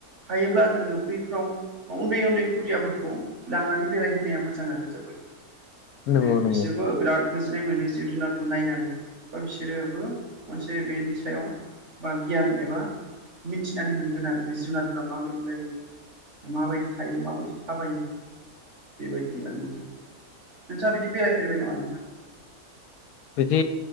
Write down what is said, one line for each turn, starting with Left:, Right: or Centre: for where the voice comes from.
Right: हायोब्ला जोङो बैफ्राव उन्दै उन्दै खुदियाफोरखौ लांनानै बेरायहोनाया मोजां आरो जोबोद माने
Left: नंगौ
Right: बिसोरबो
Left: नंगौ
Right: बिराद गोजोननाय मोनो जिब जुनारखौ नायनानै बा बिसोरोबो मोनसे बेनि सायाव बा गियान एबा मिथिनानै मोनगोन आरो बे जुनारफ्रा माबायदि जायो माबायदि थायो माबायदि थाबायो बेबायदि आरो नोंथां नोंथाङा बि बेरायफेरबाय नामा नोंथां
Left: बिदि